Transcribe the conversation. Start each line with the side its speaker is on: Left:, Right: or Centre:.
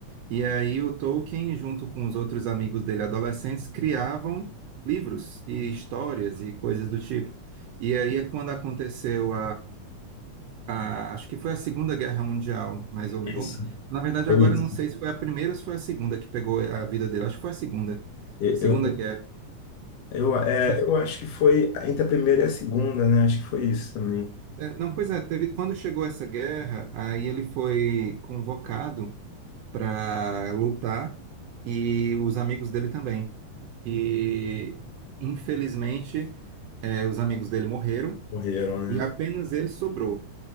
Right: E aí o Tolkien, junto com os outros amigos dele, adolescentes, criavam livros e histórias e coisas do tipo. E aí é quando aconteceu a- acho que foi a Segunda Guerra Mundial, mais ou menos.
Left: Isso,
Right: Na verdade,
Left: foi
Right: agora
Left: isso.
Right: eu não sei se foi a primeira ou se foi a segunda que pegou a vida dele. Acho que foi a segunda.
Left: Eu,
Right: Segunda
Left: eu,
Right: Guerra.
Left: eu, é,
Right: Sim.
Left: eu acho que foi entre a primeira e a segunda, né? Acho que foi isso também.
Right: É, não, pois é, teve, quando chegou essa guerra, aí ele foi convocado para lutar e os amigos dele também. E, infelizmente, é, os amigos dele morreram
Left: Morreram, né?
Right: e apenas ele sobrou.